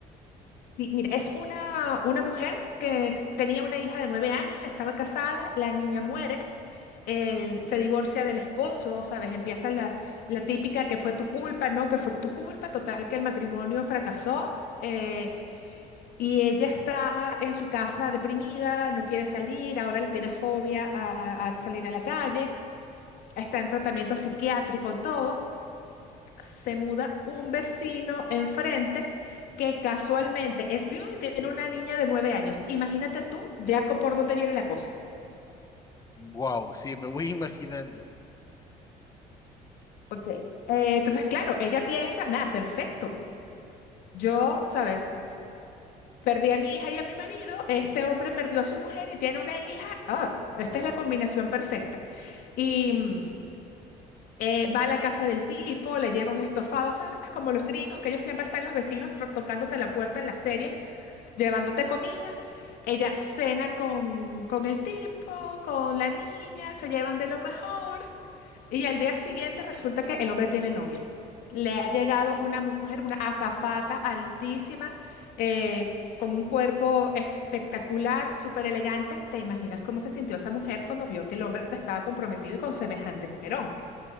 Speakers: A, on the left; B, on the left.
A: Sí, mira, es una, una mujer que t- tenía una hija de nueve años, estaba casada, la niña muere, él se divorcia del esposo, ¿sabes? Empieza la, la típica que fue tu culpa, ¿no? Que fue tu culpa, total que el matrimonio fracasó eh, y ella está en su casa deprimida, no quiere salir, ahora le tiene fobia a, a salir a la calle, está en tratamiento psiquiátrico y todo se muda un vecino enfrente que casualmente es viudo y tiene una niña de nueve años. Imagínate tú ya co- por dónde viene la cosa.
B: Wow, sí, me voy <laughs> imaginando.
A: Ok. Eh, entonces, claro, ella piensa, nada, perfecto. Yo, ¿sabes? Perdí a mi hija y a mi marido, este hombre perdió a su mujer y tiene una hija. Ah, esta es la combinación perfecta. Y mm, eh, va a la casa del tipo, le lleva un estofado, ¿sabes? Como los gringos, que ellos siempre están los vecinos tocándote la puerta en las series llevándote comida. Ella cena con, con el tipo, con la niña, se llevan de lo mejor. Y al día siguiente resulta que el hombre tiene novia. Le ha llegado una mujer, una azafata altísima, eh, con un cuerpo espectacular, súper elegante. ¿Te imaginas cómo se sintió esa mujer cuando vio que el hombre estaba comprometido y con semejante mujerón?